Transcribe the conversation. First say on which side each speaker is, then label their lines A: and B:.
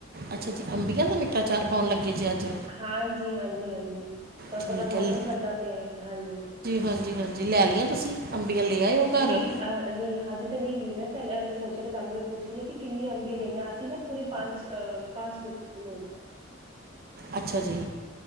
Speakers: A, on the right; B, on the right.
A: ਅੱਛਾ ਜੀ, ਅੰਬੀਆਂ ਦਾ ਮਿੱਠਾ ਚਾਰ ਪਾਉਣ ਲੱਗੇ ਜੇ ਅੱਜ।
B: ਹਾਂਜੀ, ਹਾਂਜੀ, ਹਾਂਜੀ। ਬਸ
A: ਠੀਕ
B: ਓਦਾ ਮੌਸਮ
A: ਹੈ ਲ-
B: ਚੱਲਦਾ ਪਿਆ ਐ ਹਾਂਜੀ।
A: ਹਾਂਜੀ ਹਾਂਜੀ ਲੈ ਲਈਆਂ ਤੁਸੀਂ ਅੰਬੀਆਂ ਲੈ ਆਇਓ ਘਰ
B: ਨੀਂ ਅ ਨਈਂ ਹਜੇ ਤੇ ਨਈਂ ਲੀ ਨਾਂ ਮੈਂ ਪੈਲੇ ਮੈਂ ਸੋਚਿਆ ਕਿ ਤਾਨੂੰ ਮੈਂ ਪੁੱਛਣੀ ਆਂ ਕਿੰਨੀ ਅੰਬੀ ਲੈਣੀ ਐ ਅਸੀਂ ਨਾ ਪੂਰੇ ਪੰਜ ਅ ਪਾਂਚ ਲੋਕ ਕਿਲੋ।
A: ਅੱਛਾ ਜੀ